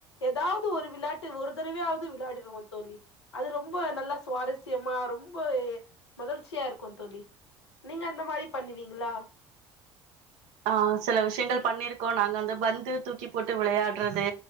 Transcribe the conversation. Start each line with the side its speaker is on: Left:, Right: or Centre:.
Left: ஏதாவது ஒரு விளாட்டு ஒரு தறவையாவது விளாடிடுவோ தோழி அது ரொம்ப நல்லா சுவாரஸ்யமா ரொம்போ எ மகிழ்ச்சியா இருக்கூ தோழி நீங்க அந்த மாரி பண்ணுவீங்களா
Right: ஆ சில விஷயங்கள் பண்ணிருக்கோ நாங்க அந்து பந்து தூக்கி போட்டு விளையாட்றது